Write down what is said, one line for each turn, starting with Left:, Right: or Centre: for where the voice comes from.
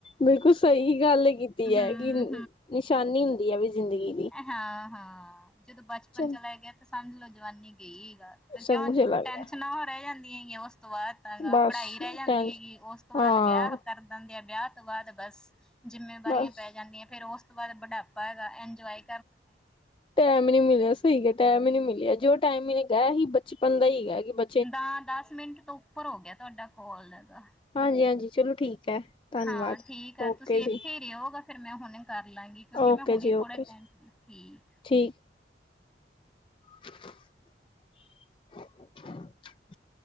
Left: ਬਿਲਕੁਲ ਸਈ ਗੱਲ ਕੀਤੀ
Centre: ਹੂੰ
Left: ਐ, ਕਿ ਨ ਨਿਸ਼ਾਨੀ ਹੁੰਦੀ ਐ ਵਈ ਜ਼ਿੰਦਗੀ ਦੀ।
Centre: ਹਾਂ-ਹਾਂ, ਜਦੋਂ ਬਚਪਨ
Left: ਚਲ
Centre: ਚਲਾ ਗੇਆ ਤਾਂ ਸਮਝ ਲੋ ਜਵਾਨੀ ਗਈ ਗਾ। ਤੇ
Left: ਸਭ
Centre: ਕਿਉਂ,
Left: ਕੁਛ ਚਲਾ
Centre: ਟੈਨਸ਼ਨਾਂ
Left: ਗਿਆ
Centre: ਰੈ ਜਾਂਦੀਏ ਈ ਐ ਓਸ ਤੋਂ ਬਾਦ। <unintelligible>
Left: ਬਸ
Centre: ਪੜਾਈ ਰੈ ਜਾਂਦੀ
Left: ਟੈਨ
Centre: ਹੈਗੀ ਏ, ਓਸ ਤੋਂ ਬਾਦ
Left: ਹਾਂ
Centre: ਵੇਆ ਕਰ ਦਿੰਦੇ ਐ, ਵੇਆ ਤੋਂ ਬਾਦ ਬਸ ਜਿੰਮੇਵਾਰੀਆਂ
Left: ਬਸ
Centre: ਪੈ ਜਾਂਦੀਐ, ਫੇਰ ਓਸ ਤੋਂ ਬਾਦ ਬਢਾਪਾ ਹੈਗਾ। ਐਨਜੋਏ
Left: ਟੈਮ ਈ ਨੀ ਮਿਲਿਆ ਸ ਸਈ ਕੇਆ, ਟੈਮ ਈ ਨੀ ਮਿਲਿਆ। ਜੋ ਟਾਈਮ ਮਿਨਗਾਂ ਐਹੀ ਬਚਪਨ ਦਾ ਈ ਹੈਗੈ ਕਿ ਬ
Centre: ਦਾ, ਦਾਸ ਮਿੰਟ ਤੋਂ ਉੱਪਰ ਹੋ ਗੇਆ ਤੁਆਡਾ ਕੋਲ ਐਦਾ।
Left: ਹਾਂਜੀ-ਹਾਂਜੀ ਚਲੋ ਠੀਕ ਹੈ ਧੰਨਵਾਦ
Centre: ਹਾਂ ਠੀਕ ਐ,
Left: ਓਕੇ
Centre: ਤੁਸੀਂ
Left: ਜੀ
Centre: ਏਥੇ ਈ ਰੈਓਗਾ। ਫੇਰ ਮੈਂ ਹੁਣੇ ਕਾਰ ਲਾਂਗੀ, ਕਿਉਂਕਿ
Left: ਓਕੇ
Centre: ਮੈਂ ਹੁਣੇ
Left: ਜੀ
Centre: ਈ
Left: ਓਕੇ
Centre: ਥੋੜੇ ਟੈਮ
Left: ਜੀ
Centre: ਫ੍ਰੀ ਠੀਕ।
Left: ਠੀਕ। <inaudible>